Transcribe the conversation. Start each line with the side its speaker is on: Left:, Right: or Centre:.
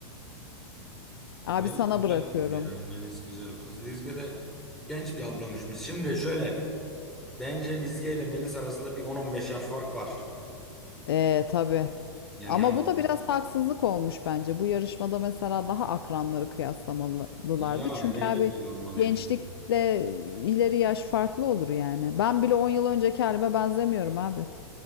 Left: Abi
Centre: Melis
Left: sana
Centre: güzel
Left: bırakıyorum.
Centre: kız ya. Melis güzel kız. Lizge de genç bir ablamışmış. Şimdi şöyle. Bence Lizge ile Melis arasında bir 10-15 yaş fark var.
Left: Ee, tabii
Centre: Yani
Left: Ama
Centre: yan,
Left: bu da biraz haksızlık olmuş bence. Bu yarışmada mesela daha akranları kıyaslamalılardı.
Centre: yani
Left: Çünkü
Centre: bence
Left: abi
Centre: de öyle olmalıydı.
Left: gençlikle ileri yaş farklı olur yani. Ben bile 10 yıl önceki halime benzemiyorum abi.